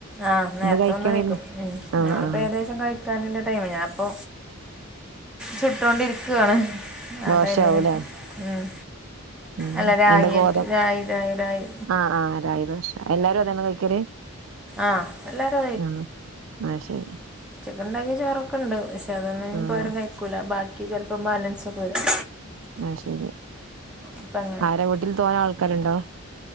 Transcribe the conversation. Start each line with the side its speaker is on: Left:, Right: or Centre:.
Centre: ആഹ് നേര്ത്തെവന്ന്
Right: എന്ത് കഴിക്കണ
Centre: കഴിക്കും. ഉം
Right: ആഹ്
Centre: ഞങ്ങള്പ്പോ
Right: ആഹ്
Centre: ഏകദേശം കഴി ക്കാന്ള്ള ടൈമായി. ഞാപ്പൊ ചുട്ടോണ്ടിര്ക്കാണ്. ആ
Right: ദോശയാവൂല്ലേ
Centre: ടൈമ്‌ന് ഉം
Right: ഉം.
Centre: അല്ല രാഗിയിട്ട്
Right: എന്താ ഗോതം
Centre: രായി രായി രായി
Right: ആഹ്, ആഹ് രായി ദോഷ എല്ലാരും അതന്നാ കഴിക്കല്.
Centre: ആഹ് എല്ലാരും
Right: ആഹ് ന്നാ ശെരി.
Centre: ഉച്ചക്ക്ണ്ടാക്കിയ ചോറൊക്കെണ്ട്. പഷെ അതൊന്നുഞ്ഞിപ്പാരും
Right: ആഹ്
Centre: കഴിക്കൂല. ബാക്കി ചെലപ്പോ ബാലൻസൊക്കെ വരും.
Right: അയ് ശരി
Centre: അപ്പ അങ്ങനെ
Right: ആര വൂട്ടിൽ തോനെ ആൾക്കാരുണ്ടോ?